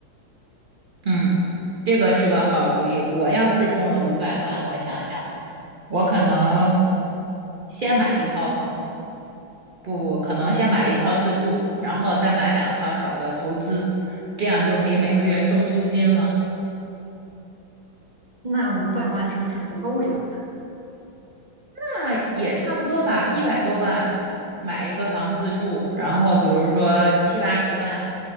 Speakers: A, on the right; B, on the right.
A: 嗯，这个是个好主意。我要是中了五百万，我想想，我可能先买一套房，不不，可能先买一套自住，然后再买两套小的投资，这样就可以每个月收租金了。
B: 那五百万是不是不够呀？
A: 那也差不多吧，一百多万买一个房自住，然后比如说七八十万，